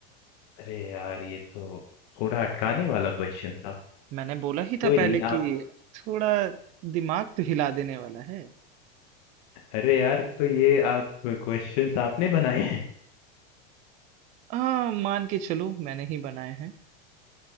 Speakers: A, on the left; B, on the right.
A: अरे यार ये तो थोड़ा अटकाने वाला क्वेश्चन था।
B: मैंने बोला ही
A: कोई
B: था पहले
A: नहीं
B: कि
A: आप
B: थोड़ा दिमाग तो हिला देने वाला है
A: अरे यार तो ये आप क्वेश्चन्स आपने बनाए हैं?
B: आ, मान के चलो मैंने ही बनाए हैं